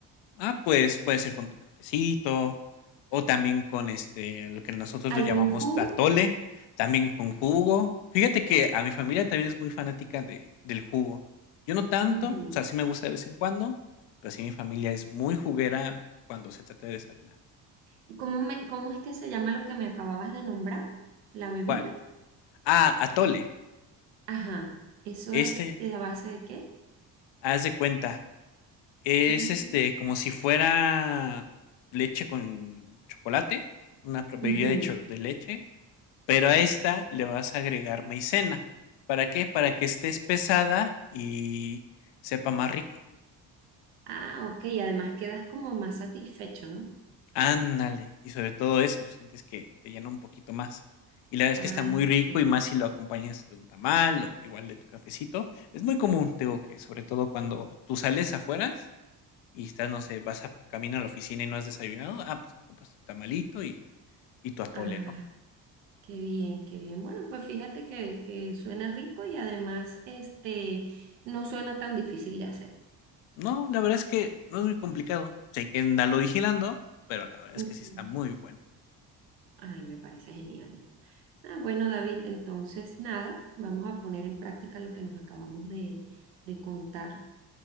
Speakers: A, on the left (about 60°); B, on the right (about 80°).
A: Ah, pues, puede ser con tu cafecito o también con, este, lo que nosotros
B: ¿Algún
A: lo llamamos
B: jugo?
A: atole, también con jugo. Fíjate que a mi familia también es muy fanática de del jugo. Yo no tanto,
B: Ujú.
A: o sea, sí me gusta de vez en cuando, pero sí mi familia es muy juguera cuando se trata de desayunar.
B: ¿Y cómo me, cómo es que se llama lo que me acababas de nombrar? La bebida.
A: ¿Cuál? Ah, atole.
B: Ajá. ¿Eso
A: Este,
B: es eh, a base de qué?
A: haz de cuenta, es,
B: Mm,
A: este, como si fuera leche con chocolate, una pro- bebida
B: ujú.
A: de cho de leche Pero a esta le vas a agregar maicena. ¿Para qué? Para que esté espesada y sepa más rico.
B: Ah, ok. Y además quedas como más satisfecho, ¿no?
A: Ándale. Y sobre todo eso, sientes que te llena un poquito más. Y la verdad es
B: Ay,
A: que está muy rico
B: qué
A: y
B: rico.
A: más si lo acompañas de un tamal o igual de tu cafecito. Es muy común, te digo que, sobre todo cuando tú sales afuera y estás, no sé, vas a camino a la oficina y no has desayunado, ah, pues te compras tu tamalito y, y tu atole,
B: Ah,
A: ¿no?
B: qué bien, qué bien. Bueno, pues fíjate que, que suena rico y además este no suena tan difícil de hacer.
A: No, la verdad es que no es muy complicado. Sé que andalo vigilando, pero la verdad
B: Ujú.
A: es que sí está muy bueno.
B: Ay, me parece genial. Ah, bueno, David, entonces nada, vamos a poner en práctica lo que nos acabamos de de contar.